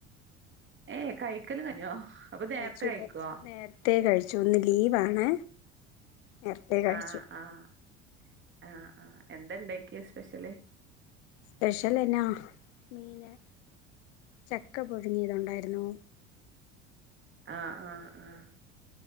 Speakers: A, on the right; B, on the left.
A: ഏയ് കഴിക്കലും കഴിഞ്ഞോ അപ്പൊ നേരത്തെ
B: കഴിച്ചു
A: കഴിക്കോ
B: കുറച്ച് നേരത്തെ കഴിച്ചു ഇന്ന് ലീവാണ് നേരത്തെ കഴിച്ചു
A: ആഹ് ആഹ് ആഹ് ആഹ് എന്താ ഉണ്ടാക്കിയ സ്പെഷ്യല്
B: സ്പെഷ്യൽ എന്നാ മീന് ചക്ക പ പുഴുങ്ങിയതുണ്ടായിരുന്നു
A: ആഹ് ആഹ് ആഹ്